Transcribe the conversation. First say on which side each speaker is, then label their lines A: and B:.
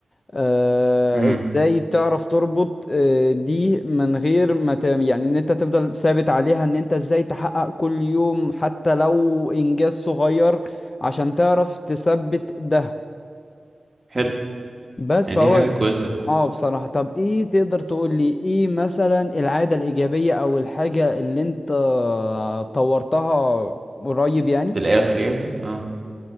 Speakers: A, on the left; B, on the right.
A: آه
B: امم
A: ازاي تعرف تربط آه دي من غير ما ت... يعني ان انت تفضل ثابت عليها ان انت ازاي تحقق كل يوم حتى لو انجاز صغير عشان تعرف تثبت ده
B: حلو
A: بس
B: يعني
A: فهو
B: دي حاجة كويسة
A: اه بصراحة طب ايه تقدر تقول لي ايه مثلا العادة الإيجابية او الحاجة اللي انت طورتها قريب يعني
B: في الاخر يعني اه